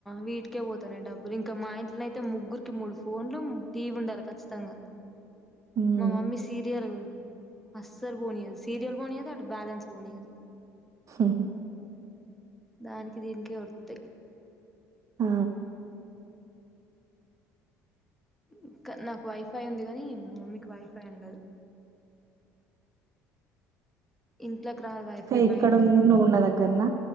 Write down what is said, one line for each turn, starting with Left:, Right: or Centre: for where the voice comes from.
Centre: వీటికే పోతనయ్ డబ్బులు ఇంకా మా ఇంట్లనైతే ముగ్గురికి మూడు ఫోన్లు టీవీ ఉండాల ఖచ్చితంగా
Right: హ్మ్.
Centre: మా మమ్మీ సీరియాల్ అస్సలు పోనీ యది సీరియల్ పోనియది అటు బ్యాలంస్ పోనీయది
Right: హా హా
Centre: దానికి దీనికి ఓడుతయ్
Right: ఆ
Centre: ఇంకానాకు వైఫై ఉంది కానీ మీకు వైఫై ఉండదు ఇంట్లోకి రాదు వైఫై
Right: ఎక్కడుంది?
Centre: బయట
Right: నువ్వు ఉన్న దగ్గరనా?